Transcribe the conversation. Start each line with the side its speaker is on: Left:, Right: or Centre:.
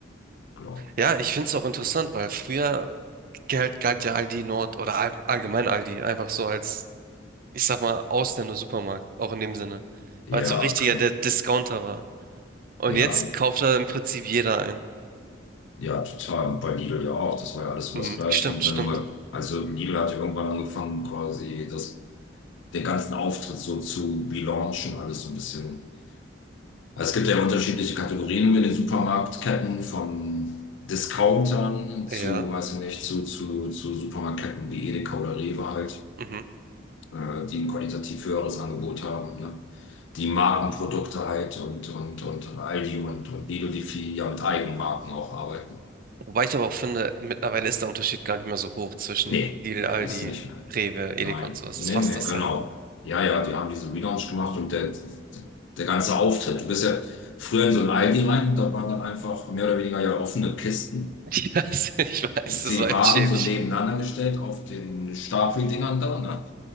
Left: Glaube.
Right: Ja, ich finde es auch interessant, weil früher galt, galt ja Aldi Nord oder all, allgemein Aldi einfach so als, ich sag mal, Ausländer-Supermarkt, auch in dem Sinne,
Left: Ja,
Right: weil es so richtiger
Left: klar.
Right: der Discounter war. Und
Left: Ja,
Right: jetzt kauft da im Prinzip jeder ein.
Left: Ja, total. Und Bei Lidl ja auch. Das war ja alles so
Right: Mhm,
Left: das Gleiche.
Right: stimmt,
Left: Und
Right: stimmt.
Left: wenn du mal, also Lidl hat ja irgendwann angefangen, quasi das, den ganzen Auftritt so zu relaunchen, alles so ein bisschen. Also Es gibt ja unterschiedliche Kategorien in den Supermarktketten von Discountern zu,
Right: Ja.
Left: weiß ich nicht, zu, zu, zu Supermarktketten wie Edeka oder Rewe halt,
Right: Mhm.
Left: äh, die ein qualitativ höheres Angebot haben, ne? Die Markenprodukte halt und, und, und Aldi und, und Lidl, die viel ja mit Eigenmarken auch arbeiten.
Right: Wobei ich aber auch finde, mittlerweile ist der Unterschied gar nicht mehr so hoch zwischen
Left: Nee,
Right: Lidl, Aldi,
Left: ist nicht mehr.
Right: Rewe, Edeka
Left: Nein,
Right: und sowas.
Left: nee,
Right: Es ist fast
Left: nee,
Right: dasselbe.
Left: genau.
Right: <laughs>
Left: Ja, ja, die haben diese Relaunch gemacht und der, der ganze Auftritt. Du bist ja früher in so ein Aldi rein und da waren dann einfach mehr oder weniger ja offene Kisten.
Right: Ja, ich weiß,
Left: Sie
Right: das war echt
Left: waren
Right: schäbig.
Left: so nebeneinander gestellt auf den Stapeldingern da, ne?